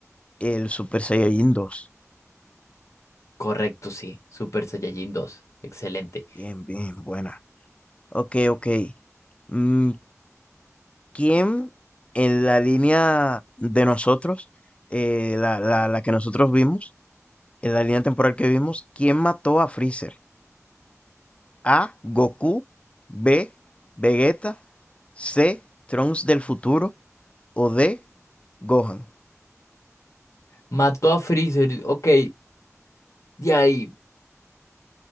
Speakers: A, on the left (about 20°); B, on the left (about 65°).
A: el Super Saiyajin dos.
B: Correcto, sí, Super Saiyajin dos Excelente.
A: Bien, bien, buena. Ok, ok. Mm, ¿Quién en la línea de nosotros, eh, la, la- la que nosotros vimos, en la línea temporal que vimos, quién mató a Freezer? A, Goku, B, Vegeta, C, Trunks del futuro o D, Gohan.
B: Mató a Freezer, ok, de ahí.